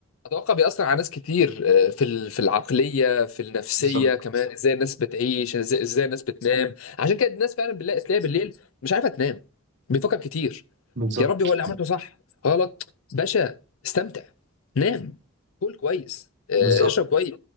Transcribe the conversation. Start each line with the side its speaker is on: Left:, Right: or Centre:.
Left: اتوقع بيأثر على ناس كتير آه، في ال- في العقليه في النفسيه
Right: بالظبط
Left: كمان ازاي الناس بتعيش ازاي إزاي النس بتنام عشان كده الناس فعلا بنلاقي تلاقي بالليل مش عارفه تنام بيفكر كتير
Right: بالظبط
Left: يا ربي هو اللي عملته صح غلط باشا استمتع نام كل كويس آه،
Right: بالظبط
Left: اشرب كويس